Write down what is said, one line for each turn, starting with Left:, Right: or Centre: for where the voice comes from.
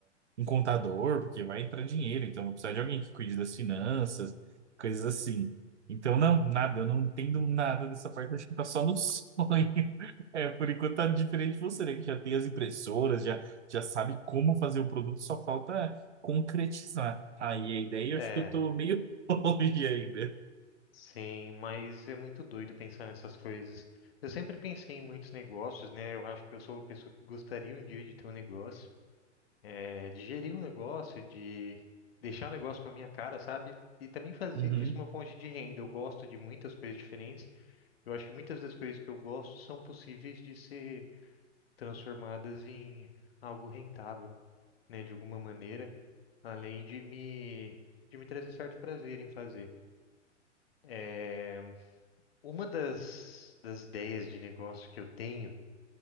Right: um contador, porque vai entrar dinheiro, então eu vou precisar de alguém que cuide das finanças, coisas assim. Então, não, nada, eu não entendo nada dessa parte, acho que tá só no sonho. <laughs> É, por enquanto tá diferente de você, né? Que já tem as impressoras, já, já sabe como fazer o produto, só falta concretizar. Aí a ideia,
Left: É,
Right: eu acho que eu tô meio <laughs> longe ainda.
Left: sim, mas é muito doido pensar nessas coisas. Eu sempre pensei em muitos negócios, né? Eu acho que eu sou uma pessoa que gostaria um dia de ter um negócio, é, de gerir um negócio, de deixar o negócio com a minha cara, sabe? E também fazer
Right: Uhum.
Left: disso uma fonte de renda. Eu gosto de muitas coisas diferentes. Eu acho que muitas das coisas que eu gosto são possíveis de ser transformadas em algo rentável. né, de alguma maneira, além de me, de me trazer certo prazer em fazer. É, uma das, das ideias de negócio que eu tenho,